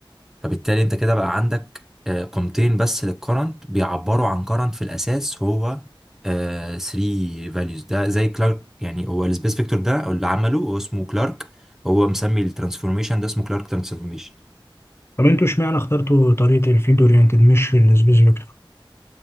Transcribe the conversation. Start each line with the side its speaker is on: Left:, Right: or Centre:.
Centre: فبالتالي انت كده بقى عندك آه، قيمتين بس للكرنت بيعبروا عن current في الاساس هو 3 values ده زي كلارك يعني هو السبيس فيكتور ده أو اللي عمله هو اسمه كلارك هو مسمي الترانسفورميشن ده اسمه كلارك ترانسفورميشن
Left: طب انتوا اشمعنى اخترتوا طريقه الفيلد اورينتد مش السبيس فيكتور